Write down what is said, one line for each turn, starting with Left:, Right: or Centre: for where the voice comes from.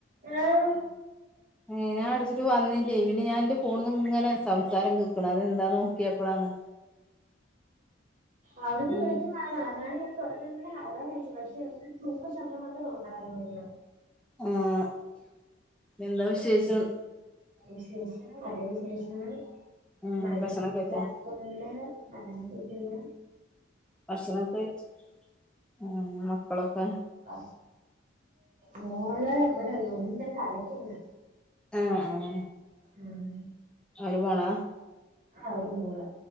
Right: ആഹ്
Centre: ഏ ഞാൻടിച്ചിട്ട് വന്നില്ലേ പിന്നെ ഞാൻ ന്റെ ഫോണിന്ന് ഇങ്ങനെ സംസാരം കേൾക്കണ അതെന്താ നോക്കിയപ്പോഴാണ്
Right: അവിടുന്ന്
Centre: ഉം
Right: വിളിച്ചതാണൊ ഞാൻ ഇങ്ങനെ തൊടങ്ങി നിങ്ങളടെ ഹലൊ പക്ഷെ ഷൂക്ക ശബന്തം മാത്രവേ ഉണ്ടായിരുന്നുന്ന്
Centre: ആഹ എന്താ വിശേഷം
Right: വിശേഷം നല്ല വിശേഷം
Centre: ഉം
Right: മഴയൊക്കെ
Centre: ഭക്ഷണൊക്കെ കഴിച്ചോ
Right: ഉണ്ട് നല്ല കേക്കന്ന്
Centre: ഭക്ഷണൊക്കെ കയിച് ഉം മക്കളൊക്കെ
Right: അ മോള് ഇവിടെ ഉണ്ട് കളിക്കുന്ന്
Centre: ആഹ് ആഹ
Right: ഉം
Centre: ഒരുമോള
Right: ആഹ ഒരു മൊള്